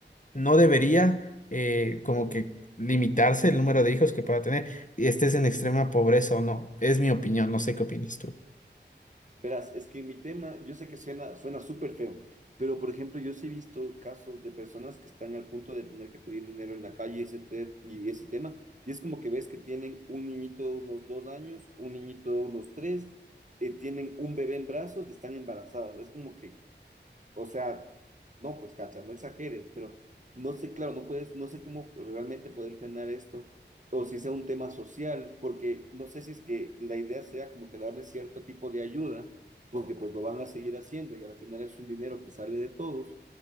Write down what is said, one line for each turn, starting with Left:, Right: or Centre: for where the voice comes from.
Left: no debería eh, como que limitarse el número de hijos que pueda tener y estés en extrema pobreza o no. Es mi opinión, no sé qué opinas tú.
Right: Verás, es que mi tema, yo sé que suena suena súper feo, pero por ejemplo, yo sí he visto casos de personas que están al punto de tener que pedir dinero en la calle y ese, te- y ese tema. Y es como que ves que tienen un niñito de unos dos años, un niñito de unos tres, eh, tienen un bebé en brazos y están embarazadas. Es como que, o sea, no, pues cacha, no exageres, pero no sé, claro, no puedes, no sé cómo realmente poder frenar esto, o si sea un tema social, porque no sé si es que la idea sea como que darle cierto tipo de ayuda, porque pues lo van a seguir haciendo y al final es un dinero que sale de todos,